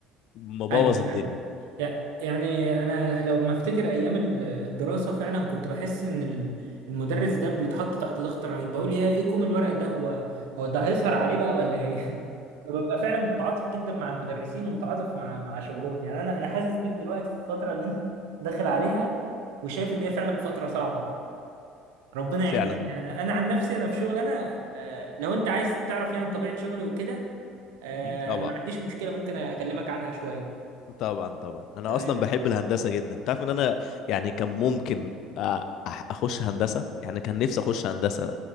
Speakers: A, on the left; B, on the right.
A: مبوظ
B: ايوه فعلا
A: الدنيا
B: لا يعني انا لو ما افتكر ايام ال- الدراسه فعلا كنت بحس ان ال- المدرس ده بيتحط تحت ضغط رهيب بقول يا ايه كوم الورق ده هو هو ده هيسهر عليه بقى ولا ايه <laughs> فببقى فعلا متعاطف جدا مع المدرسين ومتعاطف مع مع شغلهم يعني انا انا حاسس بيك دلوقتي في الفتره اللي انت داخل عليها وشايف ان هي فعلا فتره صعبه ربنا يعينك
A: فعلا
B: يعني انا عن نفسي انا في شغل انا آه، لو انت عايز تعرف يعني طبيعه شغلي وكده آه،
A: طبعا
B: انا ما عنديش مشكله ممكن اكلمك عنها شويه
A: طبعا طبعا انا
B: تمام
A: اصلا بحب الهندسه جدا تعرف ان انا يعني كان ممكن أ- أح- اخش هندسه يعني كان نفسي اخش هندسه